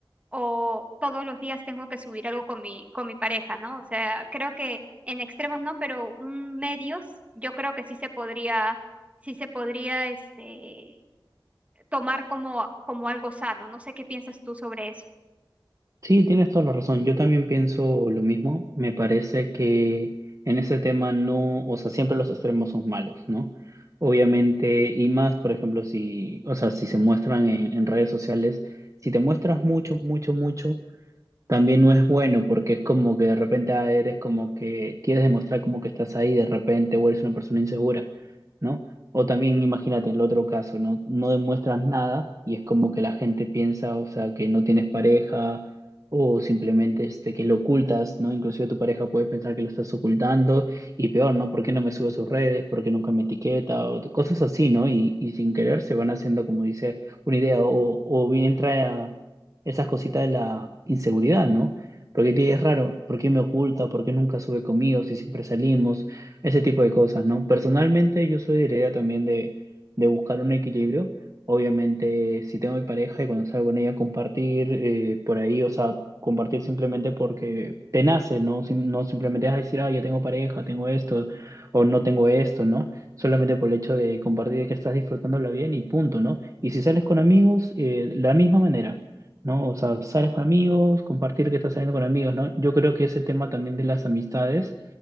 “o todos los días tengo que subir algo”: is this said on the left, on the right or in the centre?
Right